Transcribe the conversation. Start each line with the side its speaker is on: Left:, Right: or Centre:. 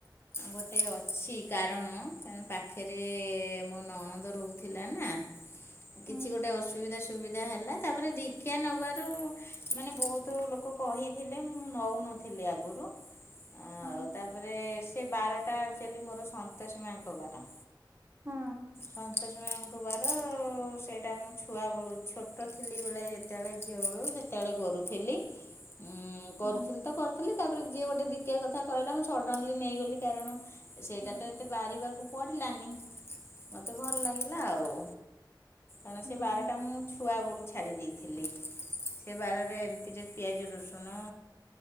Left: ଗୋଟେ ଅଛି କାରଣ ପା ଖରେ ମୋ ନଣନ୍ଦ ରହୁଥିଲାନା। କିଛି
Right: ହୁଁ
Left: ଗୋଟେ ଅସୁବିଧା ସୁବିଧା ହେଲା ତାପରେ ଦି କ୍ଷା ନେବାରୁ ମାନେ ବହୁତ ଲୋକ କହିଥିଲେ ମୁଁ ନଉନଥିଲି ଆଗରୁ। ଆଉ
Right: ହୁଁ
Left: ତାପରେ ସେ ବାରଟା ଆକ୍ଚୁଆଲି ମୋର ସନ୍ତୋଷୀ ମାଙ୍କବାର।
Right: ହୁଁ
Left: ସନ୍ତୋଷୀ ମାଙ୍କବାର। ତ ସେଇଟା ମୁଁ ଛୁଆବେଳୁ ଛୋଟଥିଲି ବୋଲେ ଯେତେବେଳେ ଝିଅବେଳୁ ସେତେବେଳେ କରୁଥିଲି। <inaudible> ଉୁଁ କରୁଥିଲିତ
Right: ହୁଁ
Left: କରୁଥିଲି ତାପରେ ଯିଏ ଗୋଟେ ଦିକ୍ଷା କଥା କହିଲା ମୁଁ ସଡନଲି ନେଇଗଲି କାରଣ ସେଇଟାତ
Right: ହୁଁ
Left: ଏତେ ବାହାରିବାକୁ ପଡିଲାନି ମୋତେ ଭଲଲାଗିଲା ଆଉ। ଏଣେ
Right: ହୁଁ
Left: ସେ ବାରଟା ମୁଁ। ଛୁଆବୋଳୁ ଛାଡି ଦେଇେଇଥିଲି ସେ ବାରଟାରେ ଏମିତିରେ ପିଆଜ ରସୁଣ।